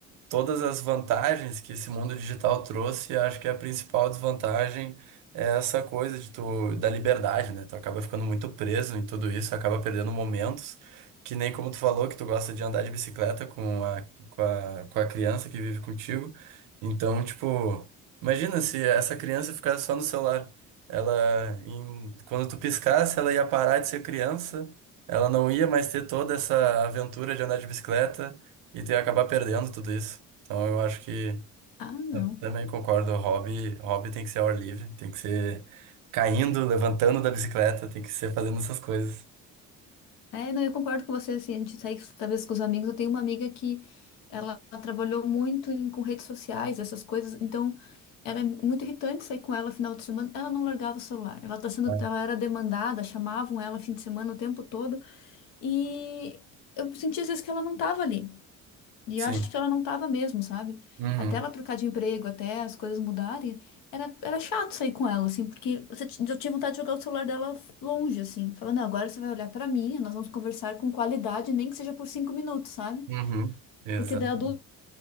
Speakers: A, on the right; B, on the left.
A: todas as vantagens que esse mundo digital trouxe, acho que a principal desvantagem é essa coisa de tu, da liberdade, né? Tu acaba ficando muito preso em tudo isso, acaba perdendo momentos, que nem como tu falou, que tu gosta de andar de bicicleta com a, com a, com a criança que vive contigo. Então, tipo, imagina se essa criança ficasse só no celular. Ela, em- quando tu piscasse, ela ia parar de ser criança, ela não ia mais ter toda essa aventura de andar de bicicleta e tu ia acabar perdendo tudo isso. Então eu acho que
B: Ah, não.
A: também concordo, hobby, hobby tem que ser ao ar livre, tem que ser caindo, levantando da bicicleta, tem que ser fazendo essas coisas.
B: É, não, eu concordo com você, assim, a gente sai talvez com os amigos, eu tenho uma amiga que ela trabalhou muito em- com redes sociais, essas coisas, então era muito irritante sair com ela final de semana, ela não largava o celular, ela tá sendo,
A: É.
B: ela era demandada, chamavam ela fim de semana o tempo todo, e eu sentia às vezes que ela não estava ali. E
A: Sim.
B: eu acho que ela não tava mesmo, sabe?
A: Uhum.
B: Até ela trocar de emprego, até as coisas mudarem, era, era chato sair com ela, assim, porque você, ti- eu tinha vontade de jogar o celular dela longe, assim, falando, não, agora você vai olhar pra mim, nós vamos conversar com qualidade, nem que seja por cinco minutos, sabe?
A: Uhum. Exato.
B: Porque daí adulto